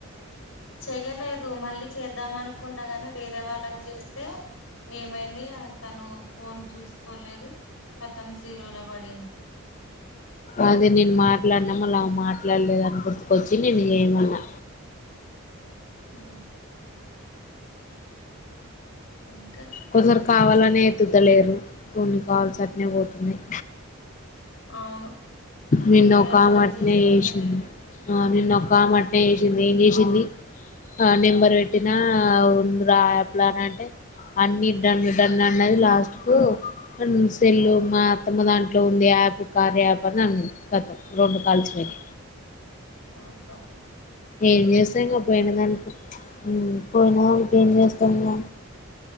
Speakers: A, on the left; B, on the left.
A: చేయలేదు మల్లి చేద్దాం అనుకున్నా ని వేరే వాళ్ళకి చేస్తే ఏమైంది తను ఫోన్ చూసుకోలేదు కథం జీరోలో వడింది
B: అదే నేను మాట్లాడినా మళ్ళా ఆమె మాట్లాడలేదని గుర్తుకొచ్చి నిన్ను చేయామన్నా
A: ఉ ఇంకా
B: కొందరు కావాలని ఎత్తుతా లేరు కొన్ని కాల్స్ అట్నే పోతున్నాయి
A: అవును
B: నిన్న
A: వేరే
B: ఒక
A: వాళ్ళకి
B: ఆమె అట్నే
A: చేస్తే
B: చేసింది
A: ఎత్తలేదు
B: ఆ నిన్న ఒక్క ఆమె అట్నే చేసింది ఏం చేసింది ఆ నెంబర్ పెట్టినా అవుళ్ళు రాప్లాన్ అంటే అన్ని డన్ డన్ అన్నది లాస్ట్ కు హన్సు సెల్లు మా అత్తమ దాంట్లో ఉంది యాప్ కార్య యాప్ గతం రెండు కాల్స్ వెయి
A: అదా
B: ఏం చేస్తా ఇంకా పోయినదానికి ఉ పోయినదానికి
A: ఉమ్
B: ఏం చేస్తాం ఇంగ